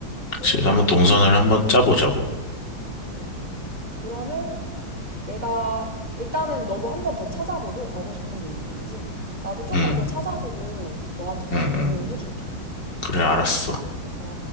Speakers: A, on the left; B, on the right.
A: 그치.
B: 조금씩.
A: 한번 동선을 한번 짜보자고.
B: 그래, 그래. 그러면 내가, 일단은 너도 한 번 더 찾아보고, 가고 싶은 데 있는지, 나도 조금
A: 응,
B: 더 찾아보고, 너한테 다시
A: 응,
B: 공유를
A: 응.
B: 해줄게.
A: 그래, 알았어.
B: 어?